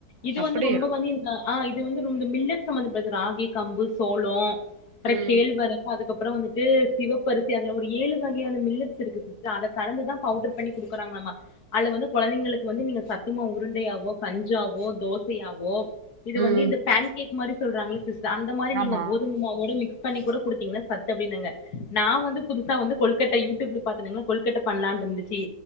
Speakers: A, on the left; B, on the right.
A: இது
B: அப்படியா?
A: வந்து ரொம்ப வந்து இந்த ஆ இது வந்து ரொம்ப மில்லட் சம்பந்தப்பட்டது ராகி கம்பு சோளோ அர
B: ம்.
A: கேள்வரகு அதுக்கப் அப்பறோ வந்துட்டு சிவப்பரிசி அதுல ஒரு ஏழு வகையான மில்லட் இருக்கு சிஸ்டர் அத கலந்து தா பவுடர் பண்ணி குடுக்குறாங்களாமா அது வந்து கொழந்தைங்களுக்கு வந்து நீங்க சத்தமாவு உருண்டையாவோ கஞ்சாவோ தோசையாவோ இது
B: ம்.
A: வந்து இந்த பான் கேக் மாரி சொல்றங்கல சிஸ் அந்த மாரி நீங்க
B: ஆமா.
A: கோதும மாவோட மிக்ஸ் ப்பண்ணி கூட குடுத்தீங்கன்னா சத்து அப்டின்னாங்க நா வந்து புதுசா வந்து கொழுக்கட்ட யூடியூப்ல பாத்தனீங்கன்னா கொல்கட்ட பண்ணலான்ருந்துச்சு